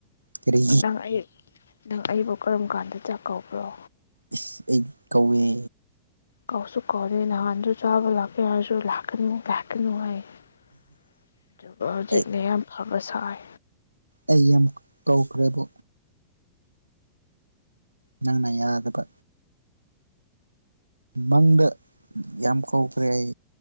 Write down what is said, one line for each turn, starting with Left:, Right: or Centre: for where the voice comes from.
Right: ꯀꯔꯤ
Left: ꯅꯪ ꯑꯩ ꯅꯪ ꯑꯩꯕꯨ ꯀꯔꯝ ꯀꯥꯟꯗ ꯆꯥꯛ ꯀꯧꯕꯧꯕ꯭ꯔꯣ
Right: ꯏꯁ ꯑꯩ ꯀꯧꯏꯦ
Left: ꯀꯥꯎꯁꯨ ꯀꯥꯎꯧꯗꯅ ꯍꯥꯥꯟꯖꯁꯨ ꯆ ꯑꯕ ꯂꯥꯛꯒꯦ ꯍꯥꯏꯁꯨ ꯂꯥꯛꯅꯤ ꯂꯥꯛꯨ ꯍ
Right: ꯑꯩ
Left: ꯆꯂ ꯕꯁꯥꯏ
Right: ꯑꯩ ꯌꯥꯝ ꯀꯧꯈ꯭ꯔꯦꯕ ꯅꯪꯅ ꯌꯥꯗꯕ ꯃꯪꯗ ꯌꯥꯝ ꯀꯧꯈ꯭ ꯑꯩ